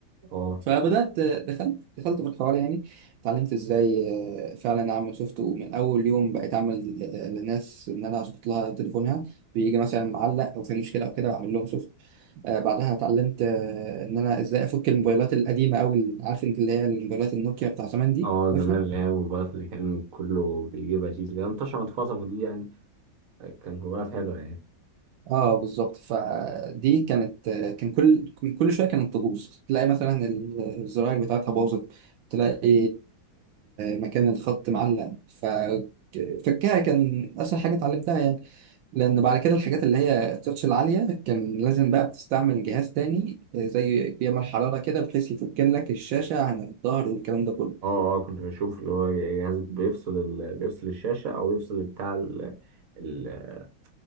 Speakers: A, on the right; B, on the right.
A: اه
B: فبدأت دخلت دخلت في الحوار يعني اتعلمت ازاي آه، فعلا اعمل سوفت ومن اول يوم بقيت اعمل آه، للناس ان انا اظبط لها تليفونها بيجي مثلا معلق او في مشكله او كده بعمل لهم سوفت آه، بعدها اتعلمت آه، ان انا ازاي افك الموبايلات القديمه او ال- عارف انت اللي هي الموبايلات النوكيا بتاع زمان دي
A: اه زمان
B: عارفها
A: اللي هي الموبايلات اللي كان كله بيجيبها دي اللي هي انتشرت الفترة دي يعني كان موبايلات حلوة يعني
B: اه بالظبط فدي كانت كان كل كان كل شويه كانت تبوظ تلاقي مثلا الزراير بتاعتها باظت تلاقي مكان الخط معلق ف فكها كان اسهل حاجه اتعلمتها يعني لان بعد كده الحاجات اللي هي التاتش العاليه كان لازم بقى بتستعمل جهاز تاني زي بيعمل حراره كده بحيث يفك لك الشاشه عن الظهر والكلام ده كله
A: اه اه كنت بشوف اللي هو جهاز بيفصل ال... بيفصل الشاشة او يفصل بتاع ال... ال...